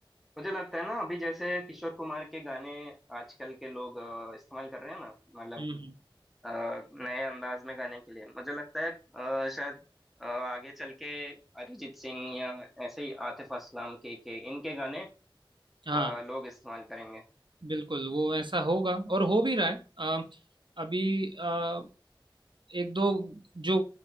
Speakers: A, in the centre; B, on the right (about 65°).
A: मुझे लगता है ना अभी जैसे किशोर कुमार के गाने आजकल के लोग अ, इस्तेमाल कर रहे हैं ना मतलब
B: हम्म हम्म,
A: अ, नए अंदाज में गाने के लिए मुझे लगता है अ, शायद अ, आगे चल के अरिजीत सिंह या ऐसे ही आतिफ असलम के के इनके गाने
B: हाँ
A: अ, लोग इस्तेमाल करेंगे
B: बिल्कुल वो ऐसा होगा और हो भी रहा है अ, अभी अ, एक दो जो